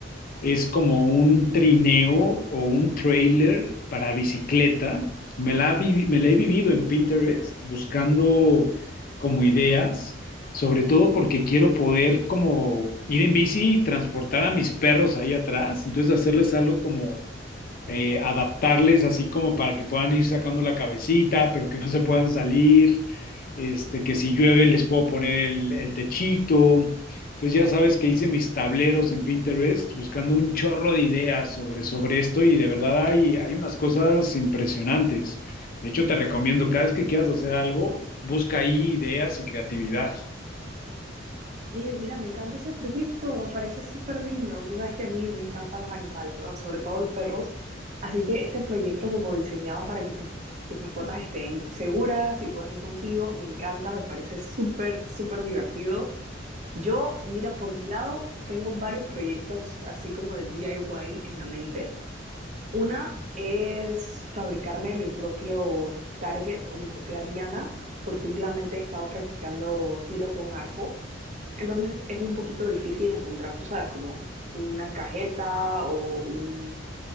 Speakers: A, on the left; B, on the right.
A: Es como un trineo o un trailer para bicicleta. Me la, vi- me la he vivido en Pinterest buscando como ideas, sobre todo porque quiero poder como ir en bici y transportar a mis perros ahí atrás, entonces hacerles algo como eh, adaptarles así como para que puedan ir sacando la cabecita, pero que no se puedan salir, este, que si llueve les puedo poner el, el techito. Entonces ya sabes que hice mis tableros en Pinterest buscando un chorro de ideas sobre, sobre esto y de verdad hay, hay unas cosas impresionantes. De hecho, te recomiendo, cada vez que quieras hacer algo, busca ahí ideas y creatividad.
B: Oye, mira, me encanta ese proyecto, me parece súper lindo. Tú sabes que a mí me encantan los animales, ¿no? Sobre todo los perros. Así que este proyecto como diseñado para que tus, tus mascotas estén seguras y puedan ir contigo, me encanta, me parece súper, súper divertido. Yo, mira, por mi lado, tengo varios proyectos así como de DIY en la mente. Una es fabricarme mi propio target o mi propia diana, porque últimamente he estado practicando tiro con arco. Entonces es un poquito difícil encontrar, tú sabes, como una cajeta o un,